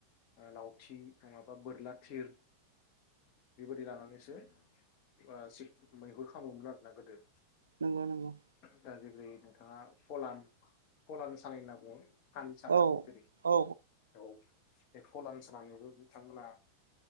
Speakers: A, on the left; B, on the right.
A: लावथि नङाबा बोरला थिर बेबायदि लानानैसो बा मैहुर खालामोमोन आरोना गोदो
B: नंगौ नंगौ
A: दा जेरै नोंथाङा फलान फलान सानाय होनना बुङो। फान सानाय
B: औ
A: बिदि
B: औ
A: औ एक्फ' लानस लानानैबो बिथांमोना